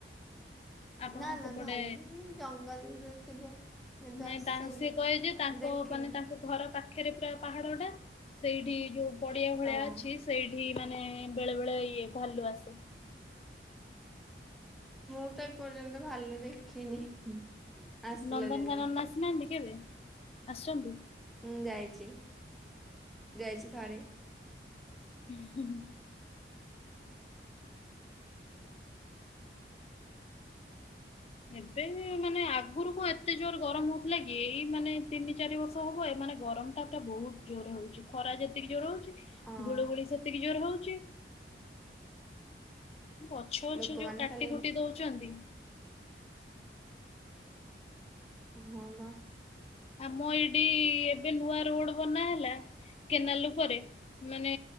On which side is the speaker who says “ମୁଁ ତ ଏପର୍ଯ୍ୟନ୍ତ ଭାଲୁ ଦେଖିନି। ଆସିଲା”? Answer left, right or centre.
Centre